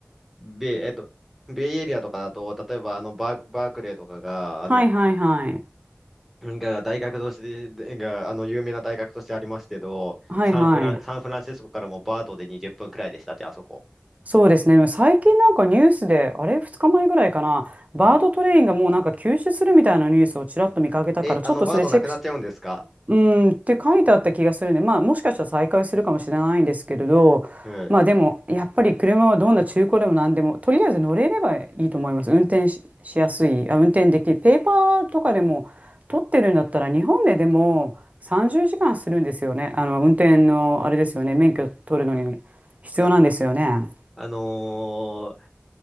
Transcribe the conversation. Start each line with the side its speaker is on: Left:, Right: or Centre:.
Centre: ベイ、えっと、ベイエリアとかだと、例えば、あの、バー、バークレーとかが、
Right: はいはいはい
Centre: あの、が大学としてでが、あの、有名な大学としてありますけど、
Right: はいはい
Centre: サンフラン、サンフランシスコからもバートで20分くらいでしたって、あそこ。
Right: そうですね最近なんかニュースであれ2日前ぐらいかなバードトレインがもうなんか休止するみたいなニュースをちらっと見かけたからちょっとそれチェック
Centre: はい。え、あの、バートなくなっちゃうんですか
Right: うん、って書いてあった気がするね。まあもしかしたら再開するかもしれないんですけれど、
Centre: はい
Right: まあでもやっぱり車はどんな中古でも何でもとりあえず乗れればいいと思います。運転し、しやすい、あ、運転できる。ペーパーとかでも取ってるんだったら日本ででも30時間するんですよね。あの運転のあれですよね。免許取るのに必要なんですよね。
Centre: あ、あのー